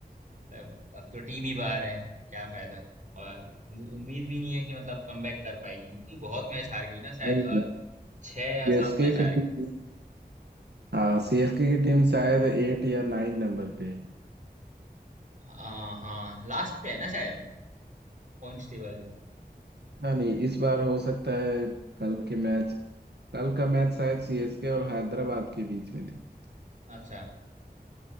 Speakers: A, on the right; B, on the right.
A: मतलब अब तो टीम ही बाहर है क्या फायदा और वो उम्मीद भी नहीं है कि मतलब कमबैक कर पाएगी क्योंकि बहुत मैच हार गई ना शायद
B: नहीं
A: अ, छह या
B: सीएसके
A: सात मैच हार
B: की टीम
A: गई
B: हाँ सीएसके की टीम शायद एट या नाइन नंबर पे है
A: हाँ हाँ लास्ट पे है ना शायद पॉइंट्स टेबल में
B: ना नहीं इस बार हो सकता है कल के मैच कल का मैच शायद सीएसके और हैदराबाद के बीच में थी
A: अच्छा